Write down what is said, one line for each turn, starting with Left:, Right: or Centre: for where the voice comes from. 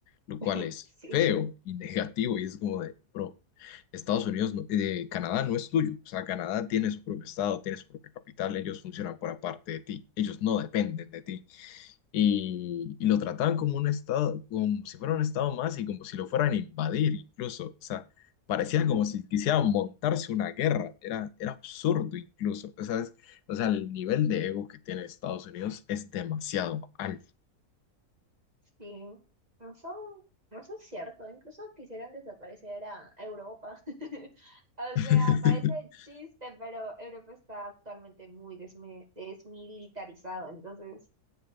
Left: lo cual
Right: <laughs>
Left: es
Right: Sí,
Left: feo y <laughs> negativo y es como de, bro, Estados Unidos, no- eh, Canadá no es tuyo, o sea, Canadá tiene su propio estado, tiene su propia capital, ellos funcionan por aparte de ti, ellos no dependen de ti y, y lo trataban como un estado, como si fuera un estado más y como si lo fueran a invadir incluso. O sea, parecía como si quisieran montarse una guerra. Era, era absurdo incluso. O sea, es- o sea, el nivel de ego que tiene Estados Unidos es demasiado alto.
Right: sí. No son, no son cierto. Incluso quisieran desaparecer a Europa. <laughs> O
Left: <laughs>
Right: sea, parece chiste, pero Europa está actualmente muy desmi- desmilitarizado. Entonces,